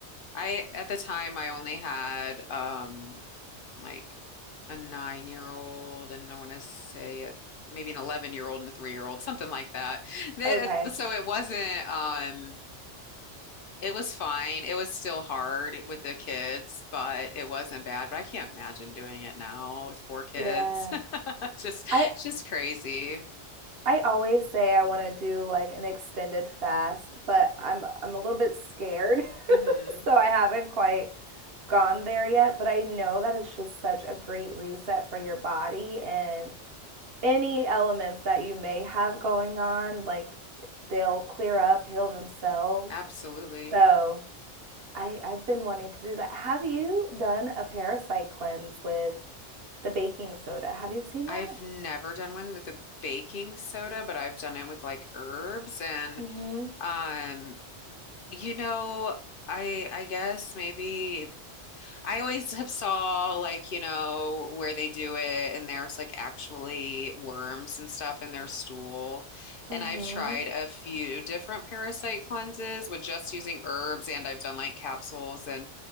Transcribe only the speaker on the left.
I at the time I only had um like a nine year old and I want to say a, maybe an 11 year old and a three year old, something like that. <laughs> The-
so it wasn't um It was fine. It was still hard with the kids, but it wasn't bad. But I can't imagine doing it now with four kids.
<laughs> Just,
just crazy.
hmm
Absolutely.
I've
never done one with a baking soda, but I've done it with like herbs and
um, you know, I I guess maybe I always have saw like, you know, where they do it and there's like actually worms and stuff in their stool.
And I've tried a few different parasite cleanses with just using herbs and I've done like capsules and